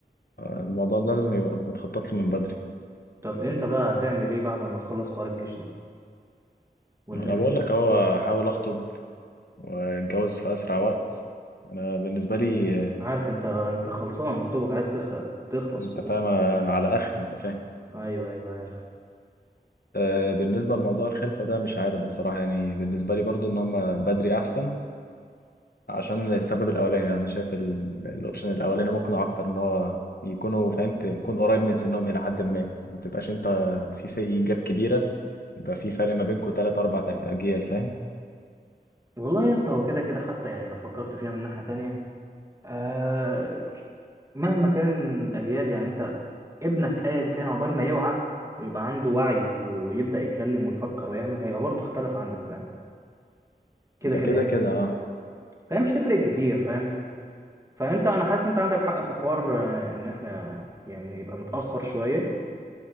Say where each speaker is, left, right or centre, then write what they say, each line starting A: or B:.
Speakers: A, on the left; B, on the right.
A: الموضوع ده لازم يبقى متخطط له من بدري
B: طب انت بقى هتعمل ايه بعد ما تخلص حوار الجيش ده والمنح
A: ما انا بقول لك اهو احاول اخطب واتجوز في اسرع وقت انا بالنسبه لي آه،
B: أنا عارف انت انت خلصان دوبك عايز تخرق تخلص
A: انت
B: و...
A: فاهم انا انا على اخر انت فاهم
B: ايوه ايوه عارف
A: آه، بالنسبه لموضوع الخلفه ده مش عارف بصراحه يعني بالنسبه لي برضو ان هم بدري احسن عشان السبب الاولاني يعني انا شايف ال- الاوبشن الاولاني مقنع اكتر ان هو يكونوا فهمت يكون قريب من سنهم الى حد ما ما تبقاش انت في في جاب كبيره يبقى في فرق ما بينكم 3 4 اجيال فاهم
B: والله يا اسطى هو كده كده حتى يعني لو فكرت فيها من ناحية تانية آه مهما كان الاجيال يعني انت ابنك ايا كان عقبال ما يوعى ويبقى عنده وعي ويبدأ يتكلم ويفكر ويعمل هيبقى برضه اختلف عنك فاهم كده
A: ده
B: كده
A: كده
B: يعني
A: كده اه
B: فهي مش تفرق كتير فاهم فانت انا حاسس إن انت عندك حق في حوار آه، ان احنا يعني نبقى متاخر شويه